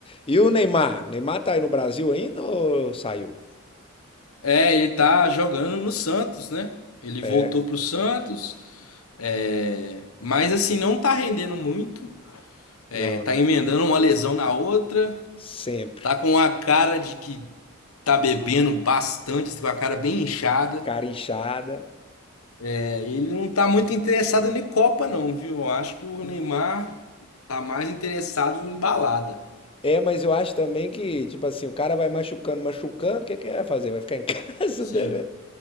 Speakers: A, on the left; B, on the left.
A: E o Neymar? Neymar tá aí no Brasil ainda ou saiu?
B: É, ele tá jogando no Santos, né? Ele
A: É,
B: voltou pro Santos, é, mas assim, não tá rendendo muito. É,
A: não,
B: tá
A: né?
B: emendando uma lesão na outra.
A: Sempre.
B: Tá com a cara de que tá bebendo bastante, assim, com a cara bem inchada.
A: Cara inchada,
B: É, ele não tá muito interessado em Copa, não, viu? Eu acho que o Neymar tá mais interessado em balada.
A: É, mas eu acho também que, tipo assim, o cara vai machucando, machucando, o que que ele vai fazer? Vai ficar em <laughs> casa,
B: Sim.
A: né, velho?